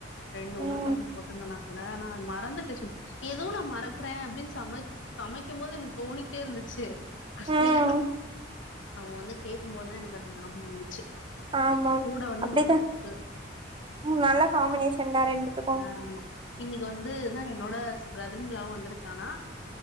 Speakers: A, on the left; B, on the right.
A: ரெண்டு உருளகெழங்கு
B: ம்
A: போட்டுருந்தனா கூட ஆனா மறந்துட்ட சுத் எதோ நா மறக்கற அப்டினு சமைச் சமைக்கு போது எனக்கு தோனிகிட்டே இருந்துச்சு கடசில
B: ம்
A: அவுங்க வந்து கேக்கும்போதுதா எனக்குஅது ஞாபகோ வந்துச்சு
B: ஆமா
A: கூட வந்து
B: அப்டிதா
A: முட்ட தொக்கு
B: ம் நல்ல காம்பினேஷன் தா ரெண்டுத்துக்கு
A: ஆமா இன்னைக்கு வந்துதா என்னோட பிரதர் இன்லாவு வந்துருக்கானா